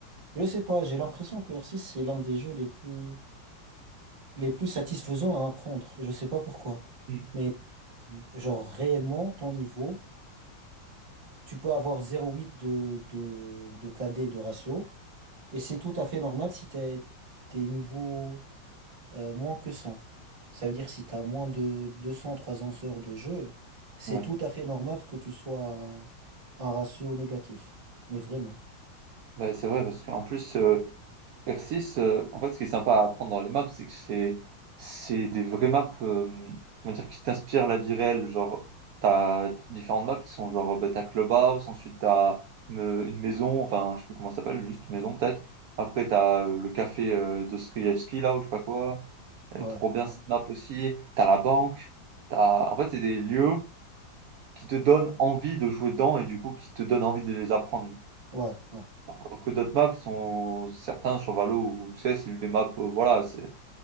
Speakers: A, on the right; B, on the right.
A: Je sais pas, j'ai l'impression que R6, c'est l'un des jeux les plus, les plus satisfaisants à apprendre. Je sais pas pourquoi.
B: Mm.
A: Mais, genre, réellement, ton niveau. tu peux avoir 0,8 de, de, de KD de ratio. Et c'est tout à fait normal si t'es, t'es niveau euh, moins que 100. Ça veut dire si t'as moins de 200-300 heures de jeu, c'est
B: Ouais.
A: tout à fait normal que tu sois un ratio négatif. Mais vraiment.
B: Mais c'est vrai, parce qu'en plus, euh, R6, euh, en fait, ce qui est sympa à apprendre dans les maps, c'est que c'est, c'est des vraies maps, euh, comment dire, qui t'inspirent la vie réelle. Genre, t'as différentes maps qui sont genre, bah, t'as Clubhouse, ensuite t'as me- une maison, enfin, je sais plus comment ça s'appelle, juste maison peut-être. Après, t'as euh, le café euh, Dostoïevski, là, ou je sais pas quoi. Elle
A: Ouais,
B: est trop bien
A: ouais,
B: cette map aussi. T'as la banque. T'as... En fait, c'est des lieux qui te donnent envie de jouer dedans et du coup qui te donnent envie de les apprendre.
A: ouais, ouais.
B: Alors que d'autres maps sont certains sur Valo ou CS, c'est juste des maps, euh, voilà, c'est